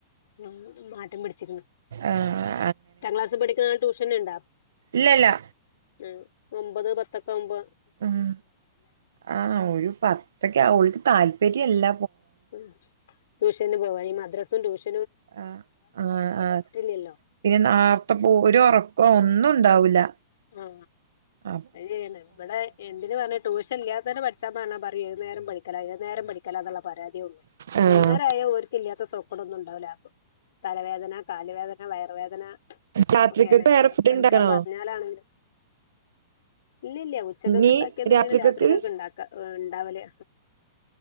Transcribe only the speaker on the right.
ആഹ്
ല്ല ല്ല
മ് ആ ഒരു പത്തൊക്കെ ഓല്ക്ക് താല്പര്യംല്ല
ആ ആ ആ
പിന്നെ നാർത്ത പോ ഒരു ഉറ <unintelligible> ഒന്നും ഉണ്ടാവൂല്ല
ആ
ആഹ്
രാത്രിക്കക്ക്
വേറെ ഫുഡ്
ഇണ്ടാക്കണോ?
ഇനി
രാത്രിക്കക്ക്